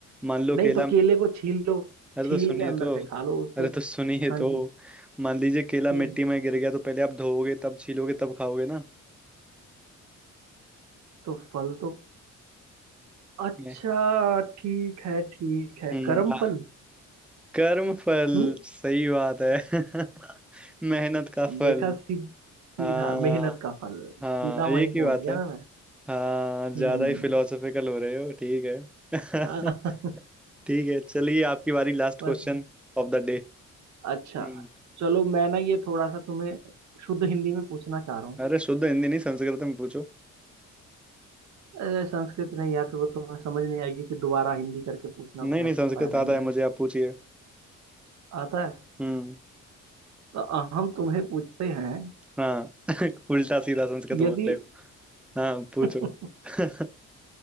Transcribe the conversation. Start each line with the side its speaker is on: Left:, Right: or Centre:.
Centre: मान लो
Right: नहीं
Centre: केला
Right: तो केले को छील लो
Centre: अरे
Right: छील
Centre: तो सुनिए
Right: के अंदर
Centre: तो
Right: से खा लो उसको
Centre: अरे तो सुनिए
Right: हाँ
Centre: तो
Right: जी
Centre: मान लीजिए केला
Right: हम्म
Centre: मिट्टी में गिर गया तो पहले आप धोओगे तब छीलोगे तब खाओगे ना
Right: तो फल तो अच्छा
Centre: ये,
Right: ठीक है ठीक है
Centre: हम्म
Right: कर्म
Centre: आ,
Right: फल
Centre: कर्म फल
Right: हम्म
Centre: सही बात है <laughs> मेहनत का फल
Right: देखा सीध, सीधा
Centre: हाँ
Right: मेहनत का फल
Centre: हाँ
Right: सीधा
Centre: एक
Right: वहीं
Centre: ही
Right: पहुंच
Centre: बात
Right: गया
Centre: है
Right: ना मैं
Centre: हाँ
Right: हम्म
Centre: ज्यादा ही फिलोसफिकल हो रहे हो ठीक है <laughs>
Right: <laughs>
Centre: ठीक है चलिए आपकी बारी last
Right: बस
Centre: question of the
Right: अच्छा
Centre: day
Right: चलो मैं ना ये थोड़ा सा तुम्हें शुद्ध हिंदी में पूछना चाह रहा हूँ
Centre: अरे शुद्ध हिंदी नहीं संस्कृत में पूछो
Right: अरे, संस्कृत नहीं यार फिर वो तुम्हें समझ नहीं आएगी फिर दोबारा हिंदी करके पूछना
Centre: नहीं
Right: पड़ेगा
Centre: नहीं
Right: कोई
Centre: संस्कृत
Right: फायदा
Centre: आता
Right: नहीं
Centre: है मुझे आप पूछिए
Right: आता है
Centre: हम्म
Right: तो हम तुम्हें पूछते हैं
Centre: हाँ <laughs> उल्टा सीधा संस्कृत
Right: यदि
Centre: बोल रहे हो हाँ पूछो
Right: <laughs>
Centre: <laughs>